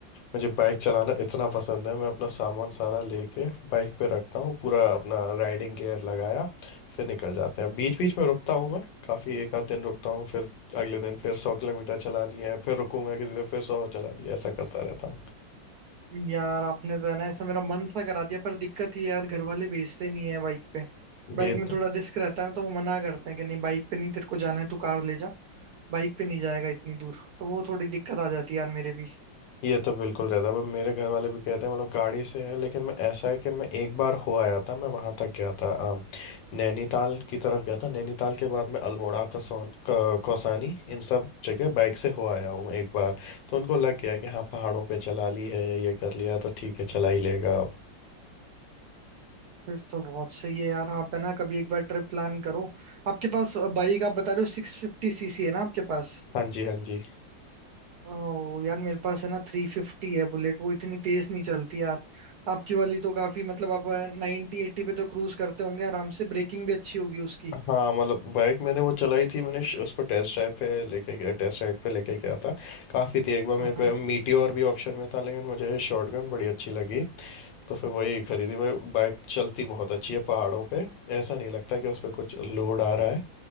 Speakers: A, on the left; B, on the right.
A: मुझे बाइक चलाना इतना पसंद है मैं अपना सामान सारा लेके बाइक पे रखता हूँ पूरा अपना राइडिंग गियर लगाया फिर निकल जाते हैं बीच बीच में रुकता हूँ मैं काफ़ी एक आध दिन रुकता हूँ फिर अगले दिन फिर सौ किलोमीटर चलानी है फिर रुकूंगा किसी दिन फिर सौ चलानी है ऐसा करता रहता हूँ
B: यार आपने तो है ना ऐसा मेरा मन सा करा दिया पर दिक्कत ये है यार घर वाले भेजते नहीं है बाइक पे बाइक
A: ये
B: में
A: तो
B: थोड़ा रिस्क रहता है ना तो वो मना करते हैं कि नहीं बाइक पे नहीं तेरे को जाना है तू कार ले जा बाइक पे नहीं जाएगा इतनी दूर तो वो थोड़ी दिक्कत आ जाती है यार मेरे भी
A: ये तो बिल्कुल रहता है पर मेरे घर वाले भी कहते हैं मतलब गाड़ी से है लेकिन मैं ऐसा है कि मैं एक बार हो आया था मैं वहाँ तक गया था अम, नैनीताल की तरफ गया था नैनीताल के बाद मैं अल्मोड़ा कसौन क- कौसानी इन सब जगह बाइक से हो आया हूँ एक बार तो उनको लग गया कि हाँ पहाड़ों पे चला ली है ये कर लिया तो ठीक है चला ही लेगा अब
B: फिर तो बहुत सही है यार आप है ना कभी एक बार ट्रिप प्लान करो आपके पास बाइक आप बता रहे हो सिक्स फिफ्टी सीसी है ना आपके पास
A: हाँ जी हाँ जी
B: ओ यार मेरे पास है ना थ्री फिफ्टी है बुलेट वो इतनी तेज नहीं चलती यार आपकी वाली तो काफी मतलब आप नाइनटी एट्टी पे तो क्रूज करते होंगे आराम से ब्रेकिंग भी अच्छी होगी उसकी
A: हाँ मतलब बाइक मैंने वो चलाई थी मैंने श- उसको टेस्ट ड्राइव पे लेके गया टेस्ट राइड पे लेके गया था काफ़ी थी एक बार मेरे
B: हाँ
A: पे मीटियोर भी ऑप्शन में था लेकिन मुझे शॉटगन बड़ी अच्छी लगी तो फिर वही खरीदी भाई बाइक चलती बहुत अच्छी है पहाड़ों पे ऐसा नहीं लगता कि उस पर कुछ लोड आ रहा है